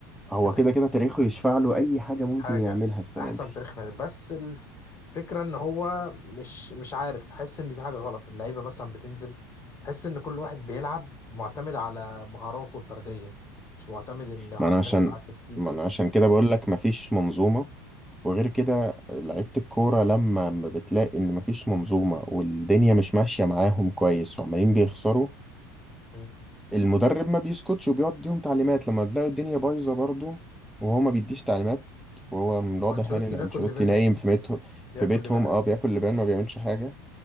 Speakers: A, in the centre; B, on the left.
A: هو
B: كده
A: كده
B: كده.
A: كده تاريخه يشفع له اي حاجه ممكن
B: حاجه
A: يعملها السنه
B: احسن
A: دي
B: تاريخ في النادي بس الف- الفكره ان هو مش مش عارف حس ان في حاجه غلط اللعيبه مثلا بتنزل حس ان كل واحد بيلعب معتمد على مهاراته الفرديه مش معتمد ان انزل
A: ما انا عشان
B: على التكتيك
A: ما انا عشان كده بقول لك مفيش منظومه وغير كده لعيبه الكوره لما ما بتلاقي ان مفيش منظومه والدنيا مش ماشيه معاهم كويس وعمالين بيخسروا
B: مم.
A: المدرب ما بيسكتش وبيقعد يديهم تعليمات لما تلاقوا الدنيا بايظه برضه وهو ما بيديش تعليمات وهو من الواضح
B: هو انشيلوتي
A: يعني ان
B: بياكل
A: انشيلوتي
B: لبان
A: نايم في بيته
B: بياكل
A: في بيتهم
B: لبان
A: اه بياكل لبان ما بيعملش حاجه